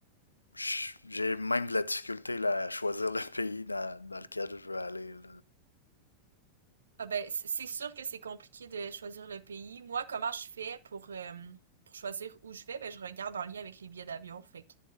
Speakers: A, on the left; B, on the right.
A: je- j'ai même de la difficulté là, à choisir le <laughs> pays dans, dans lequel je veux aller. là.
B: Ah ben, c- c'est sûr que c'est compliqué de choisir le pays. Moi, comment je fais pour, euh, pour choisir où je vais? Ben, je regarde en lien avec les billets d'avion. Fait que,